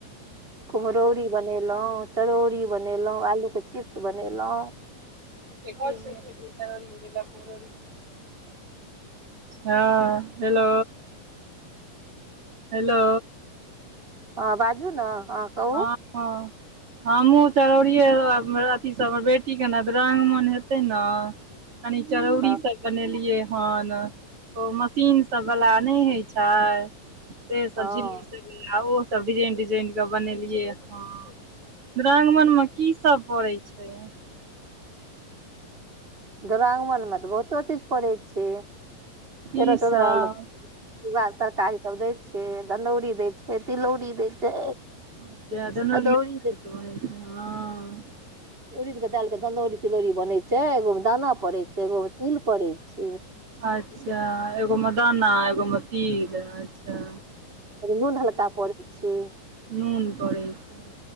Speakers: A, on the right (about 15°); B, on the right (about 40°).
A: कुम्हरौरी बनेलौ, चरौरी बनेलौ, आलूके चिप्स बनेलौं।
B: एक आय सुखेलियै चरौरी- मुरौरी। हँ हेलो। हेलो।
A: हँ बाजू न हा के।
B: ह -हँ। हमहुँ चरौरिये अथी हमर बेटी के ने दुरांगमन हेतै न। कनी चरौरी
A: हँ
B: सब। बनेलियै हन ओ मशीन सब बला नहि होय छै। से सब
A: हँ
B: झिल्ली तिल्ली सब ओ डिजाइन डिजाइन के। बनेलियै हँ दुरांगमन मे की सब पड़ै छै।
A: दुरांगमन में तऽ बहुतो चीज पड़ै छै
B: की
A: तेरह चौदह।
B: सब
A: तरहक तरकारी सभ दै छै दनौरी दै छै तिलौरी दै छै।
B: अच्छा
A: अदौरी
B: दनोरियो
A: दै छै
B: हँ।
A: उड़िद के दाल के दनौरी तिलौरी बनय छै एगो में दाना पड़े छै एगो में तिल पड़े छै।
B: अच्छा एगो मे दाना एगो मे तिल अच्छा।
A: नून हल्का पड़ै छै।
B: नून परै छै ह